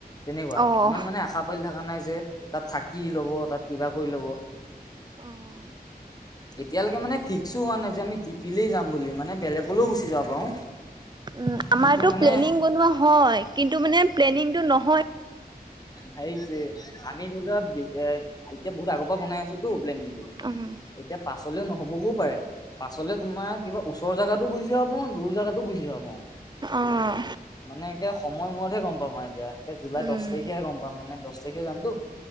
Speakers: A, on the left; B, on the right.
A: তেনেকুৱা
B: অঁ
A: ইমান মানে আশা পালি থকা নাই যে তাত থাকি ল'ব তাত কিবা কৰি ল'ব
B: অঁ
A: এতিয়ালৈকে মানে ফিক্সো হোৱা নাই যে আমি টিপিলেই যাম বুলি মানে বেলেগলৈও গুচি যাব পাৰো
B: উম আমাৰতো
A: কিন্তু মানে
B: প্লেনিং বনোৱা হয় কিন্তু মানে প্লেনিংটো নহ
A: হেইত যে আমি ধৰি লোৱা এ এতিয়া বহুত আগৰ পৰা বনাই আছোতো প্লেনিংটো
B: উম
A: এতিয়া পাচ পাচলৌ নহবগৌও পাৰে পাছলে তোমাৰ কিবা ওচৰ জাগাতো গুজি যাব পাও দূৰ জাগাত গুচি যাব পাওঁ
B: অঁ
A: মানে এয়া সময় মূৰতহে গম পাম মই এতিয়া তে জুলাই
B: উম
A: দছ তাৰিখে গম পাম মানে দছ তাৰিখে যামতো